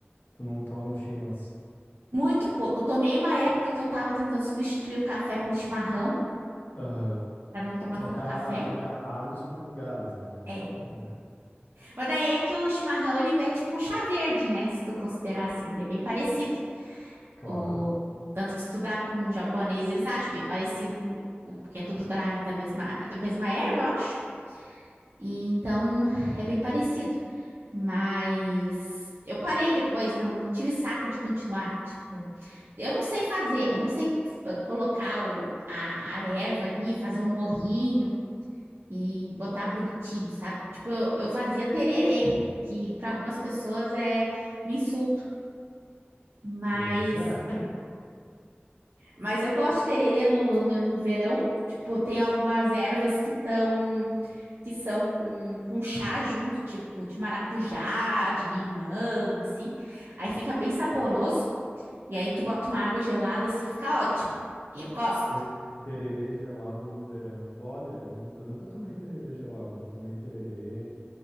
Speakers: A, on the left; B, on the right.
A: Tu não toma o chimas.
B: Muito pouco. Eu tomei uma época que eu tava tentando substituir o café pelo chimarrão,
A: Aham.
B: para não tomar
A: Trocar,
B: tanto café.
A: trocar alhos por bugalhos, né?
B: É.
A: Tipo,
B: Mas daí é que o chimarrão, ele é tipo um chá verde, né? Se tu considerar assim, ele é bem parecido.
A: claro.
B: O... Tanto que se tu dá para um japonês, eles acham bem parecido, o- porque é tudo da, da mesma, da mesma erva, eu acho. E então, <laughs> é bem parecido. Mas eu parei depois, não, não tive saco de continuar. Tipo, eu não sei fazer, eu não sei eh, colocar o, a, a erva ali, fazer um morrinho e botar bonitinho, sabe? Tipo, eu, eu fazia tererê, que para algumas pessoas é um insulto, mas,
A: Pois é.
B: mas eu gosto de tererê no, no, no verão. Tipo, tem algumas ervas que tão, que são com, com chá junto, tipo de maracujá, de limão, assim. Aí fica bem saboroso. E aí tu bota uma água gelada, assim, fica ótimo. Eu gosto.
A: <laughs> Te- Tererê gelado no verão. Olha, eu, eu nunca tomei tererê gelado. Já tomei tererê